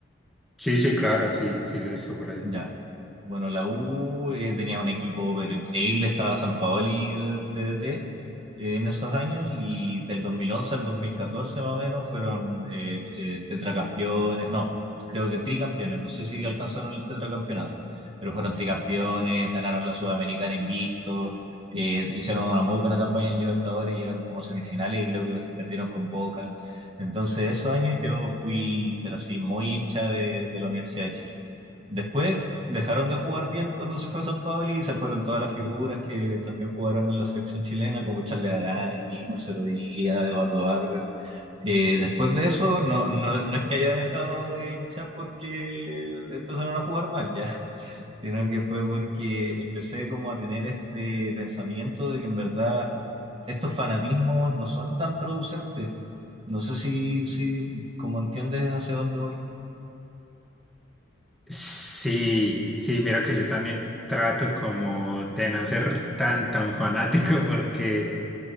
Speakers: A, in the centre; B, on the right.
A: Sí, sí, claro, sí, sí lo he visto por ahí.
B: Ya. Bueno, la U eh, tenía un equipo pero increíble, estaba Sampaoli de de DT eh, en esos años y del 2011 al 2014 más o menos fueron eh, eh, tetracampeones, no, creo que tricampeones, no sé si alcanzaron el tetracampeonato, pero fueron tricampeones, ganaron la Sudamericana invictos, eh, hicieron una muy buena campaña en Libertadores, llegaron como a semifinales y creo que perdieron con Boca. Entonces esos años yo fui, pero sí, muy hincha de de la Universidad de Chile. Después dejaron de jugar bien cuando se fue a San Paoli y se fueron todas las figuras que también jugaron en la selección chilena, como Charles Arangui, Marcelo Díaz, Eduardo Vargas. Eh, después de eso, no, no, no es que haya dejado de hinchar porque empezaron a jugar mal ya, <laughs> sino que fue porque empecé como a tener este pensamiento de que en verdad estos fanatismos no son tan producentes. No sé si, si como entiendes hacia dónde voy.
A: Sí, sí, mira que yo también trato como de no ser tan, tan fanático porque,